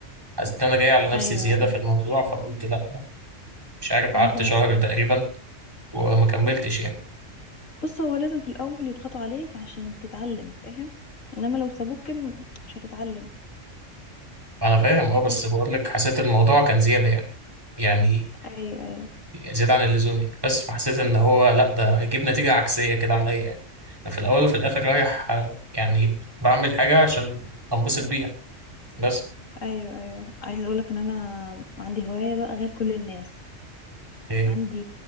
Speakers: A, on the right (about 20°); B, on the left (about 85°).
A: حسيت ان انا جاي على نفسي
B: ايوه
A: زياده
B: ايوه
A: في الموضوع فقلت لا مش عارف قعدت
B: عارفة
A: شهر
B: ع-
A: تقريبا وما كملتش يعني
B: بص هو لازم في الاول يضغطوا عليك عشان تتعلم فاهم انما لو سابوك كده م- مش هتتعلم
A: انا فاهم اه بس
B: فاهم
A: بقول لك حسيت الموضوع كان زياده يعني يعني
B: ايوه ايوه
A: زياده عن اللزوم يعني بس فحسيت ان هو لا ده هيجيب نتيجه عكسيه كده عليا يعني أنا في الاول وفي الاخر رايح آه، يعني بعمل حاجه عشان انبسط بيها بس
B: ايوه ايوه عايزة اقولك ان انا عندي هواية بقى غير كل الناس
A: هي
B: عندي